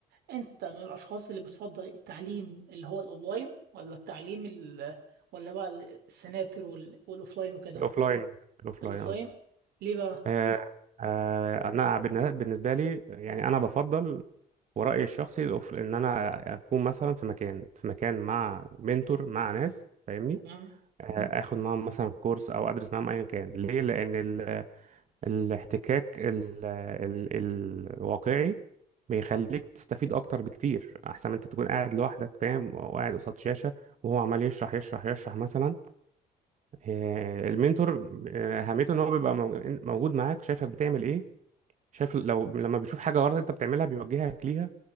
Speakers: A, on the right (about 75°); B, on the right (about 45°).
A: أنت من الأشخاص اللي بتفضل التعليم اللي هو الأونلاين ولا التعليم ال... ولا بقى السناتر وال... والأوفلاين وكده
B: الاوفلاين الاوفلاين
A: الأوفلاين ليه بقى
B: آه، آه، انا بالن- بالنسبه لي يعني انا بفضل ورأيي الشخصي الأوف- ان انا اكون مثلا في مكان في مكان مع منتور مع ناس فاهمني
A: تمام
B: آه، اخد معاهم مثلا كورس او ادرس معاهم ايا كان ليه لان ال... الاحتكاك ال... ال... الواقعي بيخليك تستفيد اكتر بكتير احسن ما انت تكون قاعد لوحدك فاهم وقاعد قصاد شاشة وهو عمال يشرح يشرح يشرح مثلا آه، المنتور آه، اهميته ان هو بيبقى مو- موجود معاك شايفك بتعمل ايه شايف لو لما بيشوف حاجة غلط انت بتعملها بيوجهك ليها